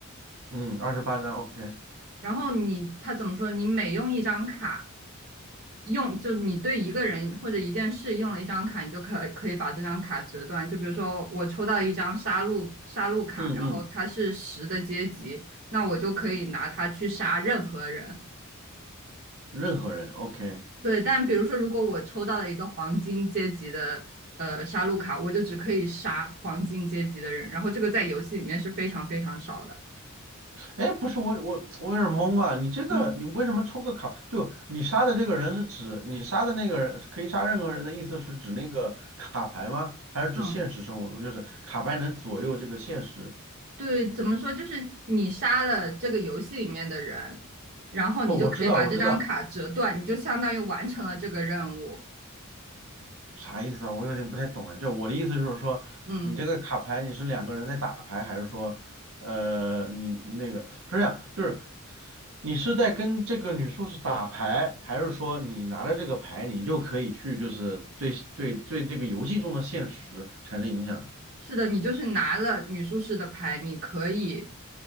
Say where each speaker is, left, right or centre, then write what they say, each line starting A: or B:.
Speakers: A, on the right; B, on the right.
A: 嗯，二十八章，OK，
B: 然后你，它怎么说？你每用一张卡，用就你对一个人或者一件事用了一张卡，你就可可以把这张卡折断。就比如说我抽到一张杀戮杀戮卡，
A: 嗯嗯，
B: 然后它是十的阶级，那我就可以拿它去杀任何人。
A: 任何人，OK。
B: 对，但比如说，如果我抽到了一个黄金阶级的呃杀戮卡，我就只可以杀黄金阶级的人，然后这个在游戏里面是非常非常少的。
A: 哎，不是我我我有点懵啊，你这个你为什么抽个卡？
B: 嗯
A: 就你杀的这个人是指你杀的那个人可以杀任何人的意思是指那个卡牌吗？还是指现实生活中就是卡牌能左右这个现实？
B: 嗯对，怎么说？就是你杀了这个游戏里面的人，然后你就可以把这张卡折断，
A: 不，我知道我知道，
B: 你就相当于完成了这个任务。
A: 啥意思啊？我有点不太懂哎。就我的意思就是说，
B: 嗯。
A: 你这个卡牌你是两个人在打牌，还是说，呃，你那个是这样，就是你是在跟这个女术士打牌，还是说你拿着这个牌，你就可以去就是对对对这个游戏中的现实产生影响？
B: 是的，你就是拿了女术士的牌，你可以